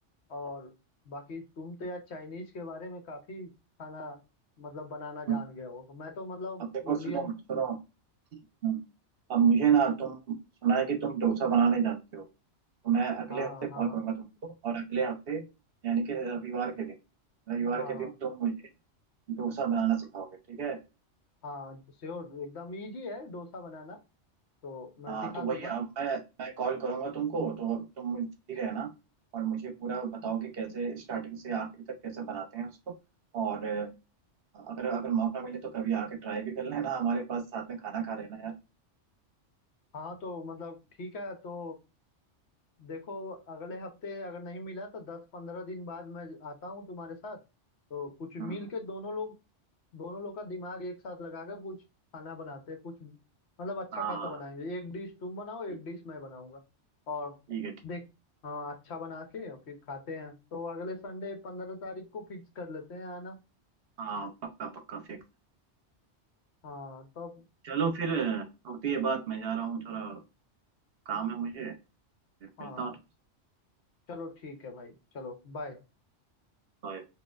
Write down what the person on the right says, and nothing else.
हम्म,
अब देखो
सुनो सुनो हम्म, अब मुझे ना तुम सुना है कि तुम डोसा बनाने जानते हो तो मैं अगले
हफ्ते कॉल
करूंगा तुमको और अगले हफ्ते यानी कि रविवार के दिन रविवार
के दिन तुम मुझे डोसा बनाना सिखाओगे ठीक है
हाँ
तो वही
अब मैं मैं कॉल करूंगा तुमको तो तुम फ्री रहना और मुझे पूरा बताओ कि कैसे स्टार्टिंग से आखिर तक कैसे बनाते हैं उसको और अ, अगर अगर मौका मिले तो कभी आके ट्राई भी कर लेना हमारे पास साथ में खाना खा लेना यार
हम्म,
हाँ
हाँ
ठीक
ठीक है ठीक
है हाँ पक्का पक्का फिक्स
चलो फिर अ, होती है बात मैं जा रहा हूँ थोड़ा काम है मुझे
मिलता हूँ तुमसे
बाय